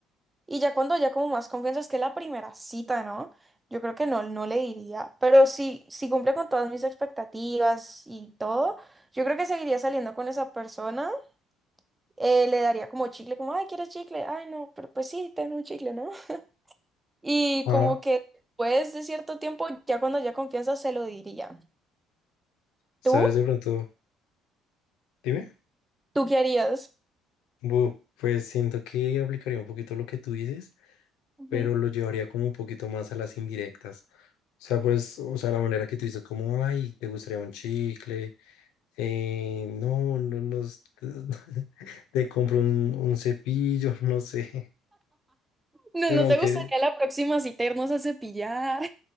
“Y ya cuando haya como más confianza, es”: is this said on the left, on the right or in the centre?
Right